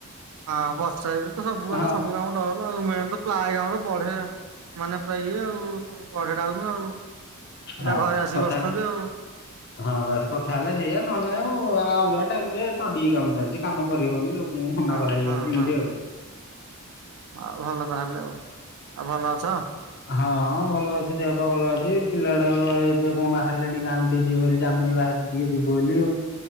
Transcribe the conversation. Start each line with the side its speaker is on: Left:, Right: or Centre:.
Right: ହଁ ବର୍ଷା ଏଇରେ ତ ସବୁଆଡେ
Left: ହଁ
Right: ସବୁ କାମ ଟଲ ମେନ୍ ତ ପ୍ଲାଏ କାମ ତ ବଢେ ମାନେ ପୁରା ଇଏ ଆଉ। ବଢେ ଡ଼ାଉନୁ ଆଉ ପିଲା
Left: ହଁ
Right: ଘରେ ଆସିକି
Left: କଥା
Right: ବସୁଛନ୍ତି ଆଉ।
Left: ହଁ ବାସ କଥା ହେଲା ସେଇଆ ନହେଲେ ଆଉ ଅଲଗା ଟାଇମ ରେ ତଡିି କାମ ଚାଲିଛି କାମ କରି ହଉନି ଲୋ ହନା
Right: ହଁ
Left: କରା ହେଇଯାଉଛି
Right: ହଁ
Left: ଏମିତି
Right: ହଁ
Left: ଆଉ।
Right: ଆଉ ଭଲ ତାହେଲେ ଆଉ ଆଉ ଭଲ ଅଛ।
Left: ହଁ ଭଲ ଅଛି ଦେହ ପା ଭଲ ଅଛି ପିଲା ଗୁଡ଼ାକ ଏବେ କଣ ବାହାରିଲେଣି ଗାଁକୁ ଟିକେ ଯିବେ ବୋଲି ଆମେ ବି ବାହାରି ଟିକେ ଯିବୁ ବୋଲି ଆଉ।